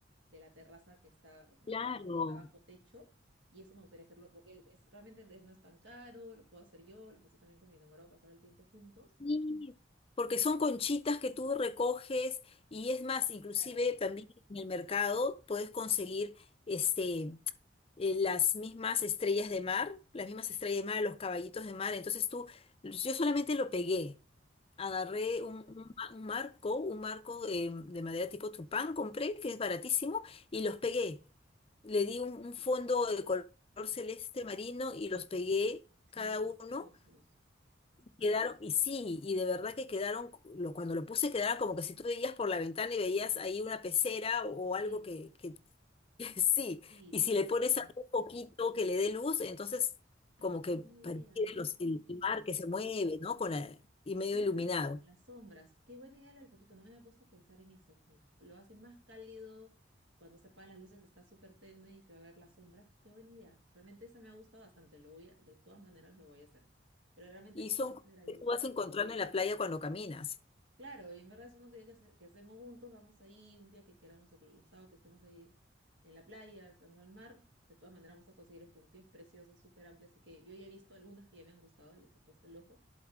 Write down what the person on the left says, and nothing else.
claro.
Sí, porque son conchitas que tú recoges y es más, inclusive
también en el mercado puedes conseguir este, eh, las mismas estrellas de mar, las mismas estrellas de mar, los caballitos de mar. Entonces tú, yo solamente lo pegué. Agarré
un, un ma- un marco, un marco eh, de madera tipo tupán, compré, que es baratísimo, y los pegué. Le di un, un fondo de color celeste marino y los pegué
cada
uno Quedaron, y sí, y de verdad que quedaron, lo, cuando lo puse quedaron como que si tú veías por la ventana y veías ahí una pecera o,
algo que, que, <laughs> sí,
y
si
le pones algún poquito que le dé luz, entonces
como
que
pareciera
los,
el mar que se mueve, ¿no? Con la- y medio
iluminado.
Y
son
cosas
que tú vas encontrando en la playa cuando caminas.